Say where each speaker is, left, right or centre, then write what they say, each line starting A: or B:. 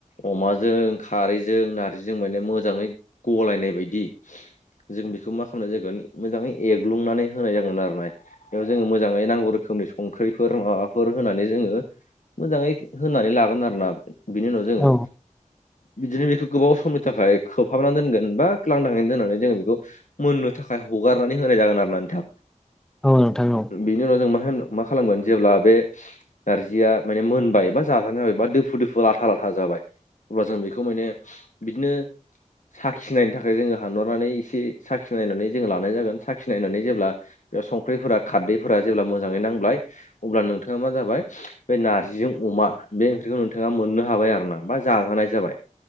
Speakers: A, on the left; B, in the centre.
A: अमाजों खारैजों नार्जिजों माने मोजाङै गलायनाय बायदि जों बेखौ मा खालामनाय जागोन मोजाङै एग्लुंनानै होनाय जागोन आरो ना। बेयाव जोङो मोजाङै नांगौ रोखोमनि संख्रिफोर माबा फोर होनानै जोङो मोजाङै होनानै लागोन आरोना बिनि उनाव जोङो
B: औ
A: बिदिनो बेखौ गोबाव समनि थाखाय खोबहाबनानै दोनगोन बा लादाङै दोननानै जोङो बेखौ मोननो थाखाय हगारनानै होनाय जागोन आरो ना नोंथां।
B: औ नोंथां औ।
A: बिनि उनाव जों मा होन मा खालामगोन जेब्ला बे नारजिया माने मोनबाय बा जाजानाय जाबाय बा दोफु दोफु लाथा लाथा जाबाय अब्ला जों बेखौ माने बिदिनो साखिनायनो थाखाय जोङो हानहरनानै एसे साखिनायनानै जोङो लानाय जागोन साखिनायनानै जेब्ला बेयाव संख्रिफोरा खारदैफोरा जेब्ला मोजाङै नांबाय अब्ला नों नोंथाङा मा जाबाय बे नारजिजों अमा बे ओंख्रिखौ नोंथाङा मोननो हाबाय आरो ना। बा जाजानाय जाबाय